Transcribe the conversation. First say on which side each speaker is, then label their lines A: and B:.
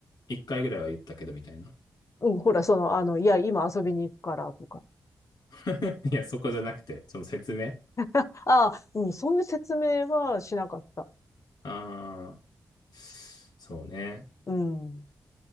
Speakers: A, on the left; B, on the left.
A: 一回ぐらいは言ったけどみたいな。
B: うん、ほら、その、あの、いや、今遊びに行くからとか。
A: <laughs> いや、そこじゃなくて、その説明。
B: <laughs> ああ、うん、そういう説明はしなかった。
A: ああ。そうね。
B: うん。